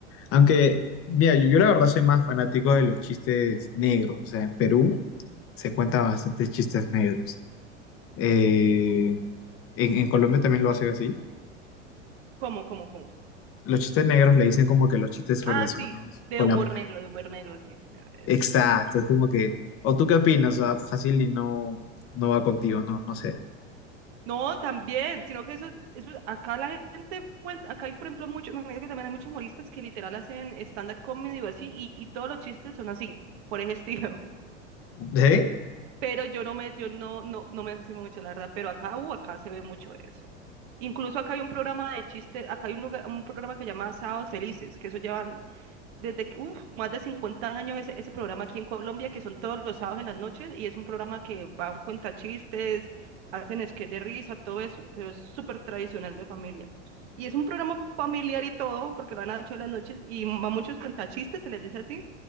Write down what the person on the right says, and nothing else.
¿Cómo, cómo, cómo?
Ah,
sí, de
humor
negro, de humor negro, sí. señora, eso
es.
No, también, sino que eso, eso, acá la gente cuenta, acá hay, por ejemplo, mucho, me parece que también hay muchos humoristas que literal hacen stand-up comedy o así, y, y todos los chistes son así, por ese <laughs> estilo.
pero yo no me, yo no, no, no me sé mucho la verdad, pero acá, uh, acá se ve mucho eso. Incluso acá hay un programa de chistes, acá hay un lugar, un programa que se llama Sábados Felices, que eso llevan desde que, uf, más de 50 años ese, ese programa aquí en Colombia, que son todos los sábados en las noches, y es un programa que va a un cuentachistes, hacen sketch de risa, todo eso, pero es súper tradicional de familia. Y es un programa familiar y todo, porque lo han hecho en las noches, y va muchos cuentachistes, se les dice así,